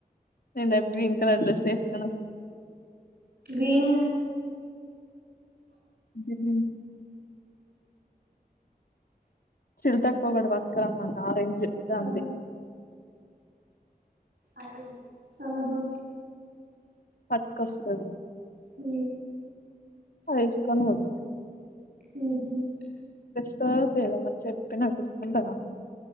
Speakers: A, on the left; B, on the right.
A: నేన్ రేప్ గ్రీన్ కలర్ డ్రెస్ ఏసుకొని వస్తా.
B: గ్రీనా.
A: హూ చిల్తక్క ఒకటి పట్కరంమన్ ఆరెంజ్. జె ఇగా
B: ఆ
A: అంతే.
B: అదీ ఆహా
A: పట్కొస్తుంది
B: అ
A: ఇసుకనిత
B: ఓ గెట్
A: ప్రా పేద మరి చెప్పి నా్ గుర్తుందా